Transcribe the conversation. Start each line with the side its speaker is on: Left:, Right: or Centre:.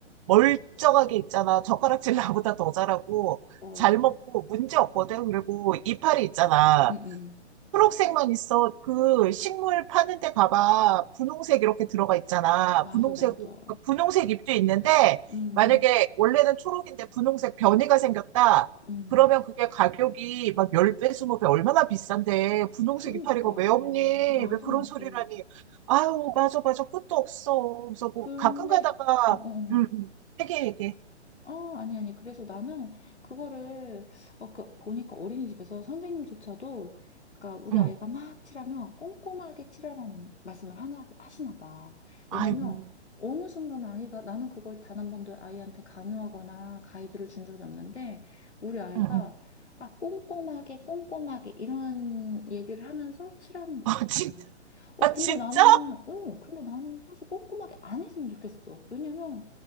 Right: 멀쩡하게 있잖아. 젓가락질 나보다 더 잘하고,
Left: 어,
Right: 잘 먹고, 문제 없거든. 그리고 이파리 있잖아.
Left: 응, 응.
Right: 초록색만 있어. 그 식물 파는 데 가봐. 분홍색 이렇게 들어가 있잖아.
Left: 맞아,
Right: 분홍색,
Left: 맞아.
Right: 그 분홍색 잎도 있는데,
Left: 음,
Right: 만약에 원래는 초록인데 분홍색 변이가 생겼다.
Left: 음.
Right: 그러면 그게 가격이 막 10배, 20배 얼마나 비싼데, 분홍색
Left: 그러니까
Right: 이파리가 왜 없니?
Left: 맞아
Right: 왜 그런
Left: 맞아.
Right: 소리를 하니? 아유, 맞아, 맞아. 끝도 없어. 그래서 뭐,
Left: 근데
Right: 가끔 가다가,
Left: 어, 어, 어.
Right: 응, 응, 얘기해, 얘기해.
Left: 어, 아니, 아니. 그래서 나는 그거를, 어, 그, 보니까 어린이집에서 선생님조차도, 그러니까 우리
Right: 응,
Left: 아이가 막 칠하면 꼼꼼하게 칠하라는 말씀을 하나, 하시나 봐. 왜냐면
Right: 아이고, 응,
Left: 어느 순간 아이가, 나는 그걸 단 한 번도 아이한테 강요하거나 가이드를 준 적이 없는데, 우리 아이가,
Right: 응.
Left: 아, 꼼꼼하게, 꼼꼼하게, 이런 얘기를 하면서 칠하는 거야.
Right: 아, 진,
Left: 어,
Right: 아,
Left: 근데
Right: 진짜?
Left: 나는, 어, 근데 나는 사실 꼼꼼하게 안 했으면 좋겠어. 왜냐면,